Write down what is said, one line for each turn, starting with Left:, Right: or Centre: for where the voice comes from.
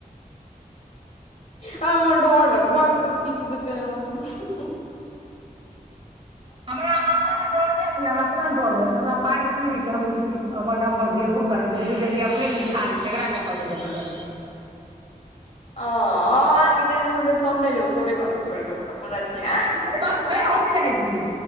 Left: आ हमरा डर लगै भक्क किछ देतै नै तऽ
Right: हमरा अहाँ ले डर नहि होइ मे आब अपना नले डर होइ तऽ हमरा पाइ रहै नहि छै हम जे किछु हमर नामपर देबो करबै तऽ बुझ जेतै अपने भिखारी छै एकरा कतऽ सँ देबै तऽ
Left: ओ बागी जा अ त नहि लेब तोरे घर पर छोड़ देबौ तऽ अपन राखि ऐं
Right: अरे बाबू रे हम नहि जनै छी